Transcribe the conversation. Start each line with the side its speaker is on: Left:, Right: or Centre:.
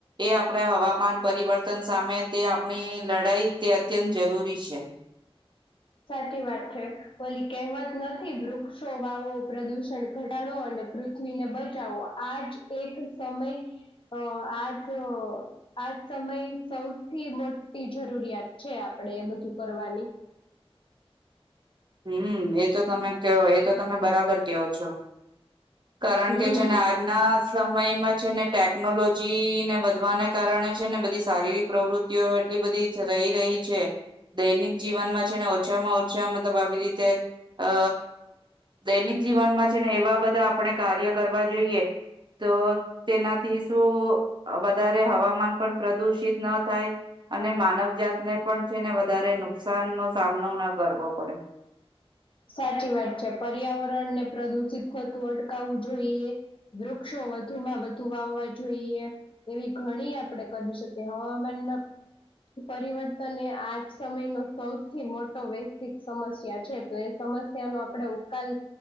Right: એ આપણે હવામાન પરિવર્તન સામે તે આપણી લડાઈ તે અત્યંત જરૂરી છે <inaudible>
Left: સાચી વાત છે ઓલી કહેવત નથી વૃક્ષો વાવો પ્રદૂષણ ઘટાડો અને પૃથ્વીને બચાવો આજ એક સમય અ આજ આ સમય સૌથી મોટી જરૂરિયાત છે આપણેે એ બધું કરવાની
Right: હમ એ તો તમે કે એ તો તમે બરાબર કેહો છો કારણ
Left: હમ
Right: કે છે ને આજના સમયમાં છે ને ટેકનોલોજી જીને વધવાને કારણે છે ને બધી શારીરિક પ્રવૃત્તિઓ એટલી બધીજ રહી ગય છે દૈનિક જીવનમાં છે ને ઓછામાં ઓછા મતલબ આવી રીતે અ દૈનિક જીવનમાં છે ને એવા બધા આપણે કાર્ય કરવા જોઈએ તો તેનાથી શું વધારે હવામાન. પણ પ્રદુષિત ન થાય અને માનવજતને પણ છે ને વધારે નુકસાન નો સામનો. ના કરવો. <inaudible>
Left: સાચી વાત છે પર્યાવરણ ને પ્રદુષિત થતું અટકાવવું જોઈએ વૃક્ષો. વધુમાં વધુ વાવવા જોઈએ એવી ઘણી આપડ કરી શકીએ હવામાનમાં. પરિવર્તન એ આજ સમય નો સૌથી મોટો વૈશ્વિક સમસ્યા. છે તો એ સમસ્યા નો આપણે ઉકાલ